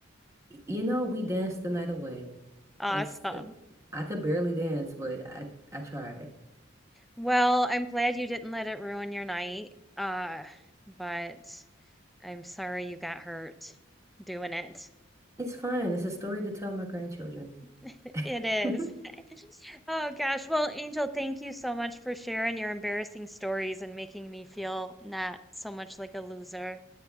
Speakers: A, on the right (about 15°); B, in the centre.
A: You know, we danced the night away.
B: Awesome.
A: That's I could barely dance, but I I tried.
B: Well, I'm glad you didn't let it ruin your night. Uh, but I'm sorry you got hurt doing it.
A: It's fine. It's a story to tell my grandchildren.
B: <laughs> It is.
A: <laughs>
B: <laughs> Oh gosh. Well, Angel, thank you so much for sharing your embarrassing stories and making me feel not so much like a loser.